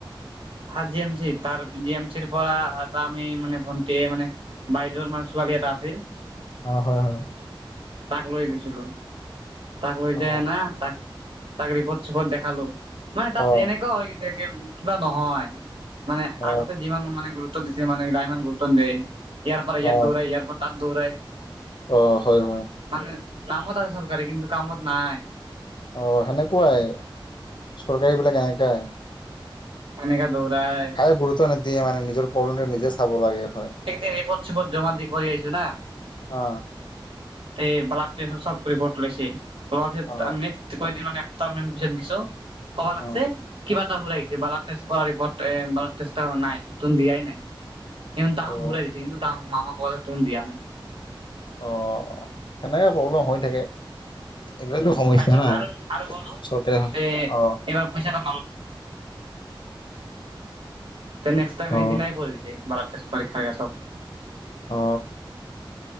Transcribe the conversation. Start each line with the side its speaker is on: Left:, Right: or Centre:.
Right: হা, জি, এম, চি, তাৰ পি, জি, এম, চিৰ, পৰা এটা আমি মানে ভণ্টিয়ে মানে বাইদেউৰ মাৰ, ছোৱালী এটা আছিল।
Left: অ, হয় হয়।
Right: তাক লৈ গৈছিলো, তাক লৈ
Left: অ
Right: যায় হেনা তাক তাক ৰিপৰ্ট-চিপৰ্ট দেখালো, তাত
Left: অ
Right: এনেকুৱা হৈ গেছে যে, কিবা নহয়। মানে
Left: অ
Right: আগতে যিমান মানে গুৰুত্ব দিছে, মানে এতিয়া ইমান গুৰুত্ব নিদিয়ে, ইয়াৰ পৰা ইয়াত
Left: অ
Right: দৌৰাই, ইয়াৰ পৰা তাত দৌৰাই।
Left: অ, হয় হয়।
Right: মানে নামত আছে চৰকাৰে, কিন্তু কামত নাই।
Left: অ, সেনেকুৱাই চৰকাৰী বিলাক এনেকুৱাই।
Right: এনেকা দৌৰাই।
Left: কাই গুৰুত্ব নিদিয়ে মানে, নিজৰ প্ৰব্লেমট নিজে চাব লাগে। হয়
Right: এতে ৰিপৰ্ট-চিপৰ্ত জমা দি কৰি আহিছো না। তে,
Left: অ
Right: ব্লাড টেষ্ট চব, ৰিপৰ্ট ওলাইছে, তোমাৰ পিছত
Left: অ
Right: আমি <inaudible> এসপ্তাহ মান পিছত দিছো, ক'বা
Left: অ
Right: লাগছে কিবা <inaudible> ব্লাড টেষ্ট কৰা, ৰিপৰ্ট ব্লাড টেষ্টৰ নাই নতুন দিয়াই নাই। <inaudible>
Left: অ
Right: ঘূৰাই দিছে, কিন্তু তাহ মামা কয় নতুন দিয়া নাই।
Left: অ, সেনেকে প্ৰব্লেম হৈ থাকে, এইবিলাক সমস্যা
Right: তাৰপিছত
Left: ন,
Right: আৰু আৰু গ'লো
Left: চৰকাৰে অ,
Right: তে এইবাৰ পইচা, <inaudible> তে নেষ্ট টাইমে
Left: অ
Right: সেই দিনাই কৈ দিছে। ব্লাড টেষ্ট পৰীক্ষা এই, চব।
Left: অ,